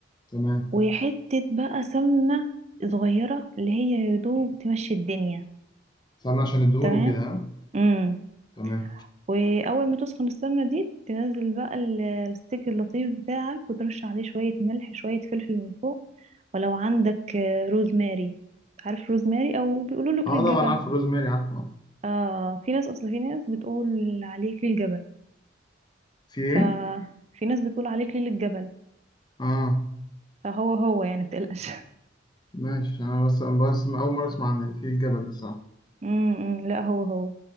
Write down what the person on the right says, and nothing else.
وحتة بقى سمنة صغيرة اللي هي يدوب تمشي الدنيا
تمام
مم.
واول ما تسخن السمنه دي تنزل بقى ال- الستيك اللطيف بتاعك وترش عليه شويه ملح شويه فلفل من فوق ولو عندك آه، روزماري عارف روزماري او بيقولوا له كل
الجبل
اه في ناس اصل في ناس بتقول عليه كل الجبل
ففي ناس بتقول عليه كل الجبل
فهو هو يعني متقلقش <laughs>
امم لا هو هو